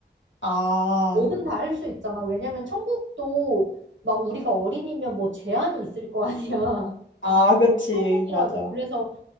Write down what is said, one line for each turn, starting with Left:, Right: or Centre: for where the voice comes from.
Left: 아,
Right: 뭐든 다 할 수 있잖아. 왜냐면 천국도 막 우리가 어린이면 뭐 제한이 있을 거 아니야.
Left: 아,
Right: <laughs>
Left: 그치,
Right: 천국이라도.
Left: 맞아.
Right: 그래서,